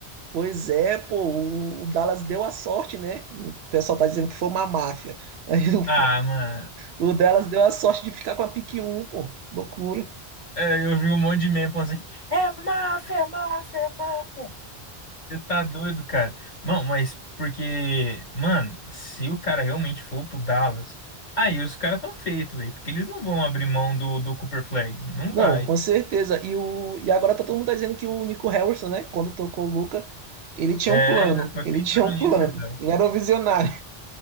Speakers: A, on the right; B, on the left.
A: Pois é, pô, o, o Dallas deu a sorte, né? O pessoal tá dizendo que foi uma máfia. Aí o,
B: Ah, mano.
A: o, o Dallas deu a sorte de ficar com a pique 1, pô. Loucura.
B: é, Eu vi um monte de meme falando assim: é máfia, é máfia, é máfia. Você tá doido, cara. Mano, mas porque, mano, se o cara realmente for pro Dallas, aí os caras tão feitos, velho. Porque eles não vão abrir mão do, do Cooper Flag. Não
A: Não,
B: vai.
A: com certeza. E, o, e agora tá todo mundo tá dizendo que o Nico Harrison, né? Quando tocou o Luca, ele tinha
B: É,
A: um plano.
B: já foi
A: Ele
B: pensando
A: tinha um
B: nisso
A: plano.
B: já.
A: Ele era um visionário.